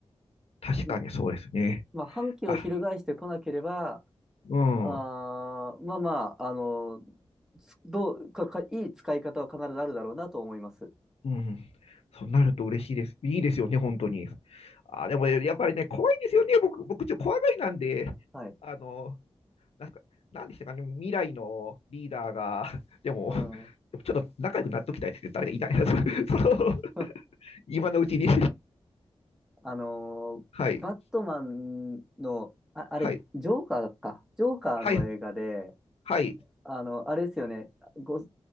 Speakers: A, on the left; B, in the centre.
A: 確かにそうですね。
B: んまあ、反旗を翻してこなければ、
A: あ、うん。
B: あーまあまあ、あの、つどう、か、か、いい使い方は必ずあるだろうなと思います。
A: うん。そうなると嬉しいです。いいですよね、本当に。あ、でもね、やっぱりね、怖いんですよね。僕、僕、ちょっと怖がりなんで、
B: はい。
A: あの、なんか、なんでしたかね、未来のリーダーが、でも、
B: うん。
A: でもちょっと仲良くなっときたいですね。誰かいないな。<laughs> その、その
B: <laughs>
A: 今のうちに。
B: あのーバットマンの、
A: はい。
B: あ、あれ、
A: はい。
B: ジョーカーか。ジョーカーの映画で、
A: はい。はい。
B: あの、あれですよね。ゴ、